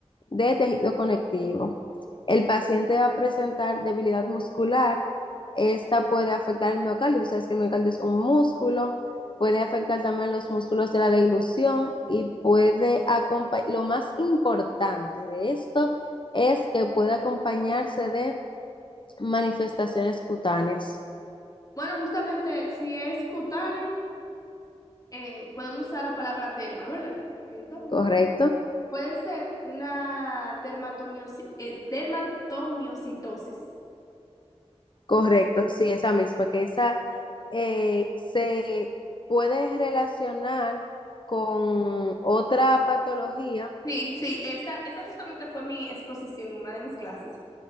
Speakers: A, on the left; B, on the left.
A: de tejido conectivo. El paciente va a presentar debilidad muscular. Esta puede afectar el miocardio. Tú sabes que el miocardio es un músculo. Puede afectar también los músculos de la deglución y puede acompañar. Lo más importante de esto es que puede acompañarse de manifestaciones cutáneas.
B: Bueno, justamente si es cutáneo, eh, podemos usar la palabra derma, ¿verdad? Entonces,
A: ¿Correcto?
B: puede ser una dermatomiosi- eh, dermatomiositosis.
A: Correcto, sí, esa misma, que esa eh, se puede relacionar con otra patología,
B: Sí, sí, esa, esa justamente fue mi exposición en una de mis clases.